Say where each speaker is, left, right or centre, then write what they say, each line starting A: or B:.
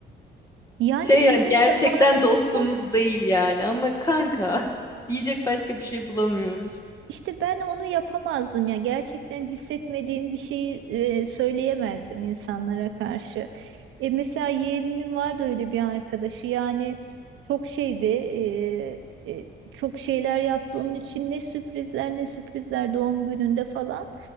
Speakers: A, on the right; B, on the left.
A: yani
B: Şey yani
A: bizim
B: gerçekten
A: zamanımızda
B: dostumuz değil yani ama kanka <laughs> diyecek başka bir şey bulamıyoruz.
A: İşte ben onu yapamazdım ya. Gerçekten hissetmediğim bir şeyi e, söyleyemezdim insanlara karşı. E, mesela yeğenimin vardı öyle bir arkadaşı. Yani çok şeydi, e, e, çok şeyler yaptı onun için ne sürprizler ne sürprizler doğum gününde falan.